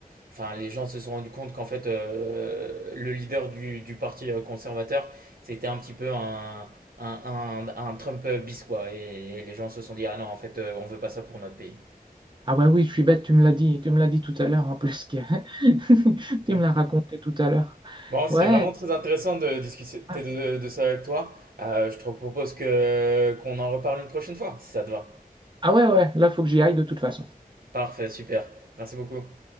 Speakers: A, on the right; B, on the right.
A: enfin, les gens se sont rendus compte qu'en fait, euh, le leader du, du parti euh, conservateur, c'était un petit peu un, un, un, un Trump bis, quoi. Et, les gens se sont dit, ah non, en fait, euh, on veut pas ça pour notre pays.
B: Ah bah oui, je suis bête, tu me l'as dit, tu me l'as dit tout à l'heure en plus, que- <laughs> tu
A: Ouais.
B: me l'as raconté tout à l'heure.
A: Bon, c'était
B: Ouais,
A: vraiment très intéressant de discuter
B: ah
A: de, de ça avec toi. Euh, je te propose que qu'on en reparle une prochaine fois, si ça te va.
B: ouais, ouais, là, faut que j'y aille de toute façon.
A: Parfait, super. Merci beaucoup.